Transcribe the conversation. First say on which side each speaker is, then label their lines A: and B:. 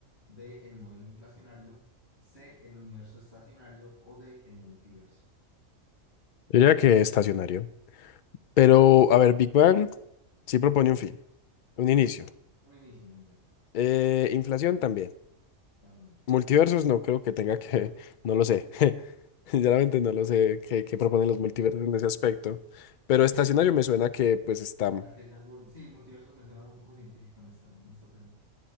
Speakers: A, on the left; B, on the left.
A: B, el modelo inflacionario, C, el universo estacionario o D, el multiverso.
B: Yo diría que estacionario. Pero, a ver, Big Bang sí propone un fin, un inicio.
A: Un inicio, un inicio,
B: Eh, inflación también.
A: también,
B: Multiversos no creo que tenga que, <laughs> no lo sé. <laughs> Sinceramente no lo sé qué, qué proponen los multiversos
A: racional.
B: en ese aspecto. Pero estacionario me suena que pues está
A: Ah, que es algo, sí, multiverso me suena muy poco científico en esta, en esta ocasión.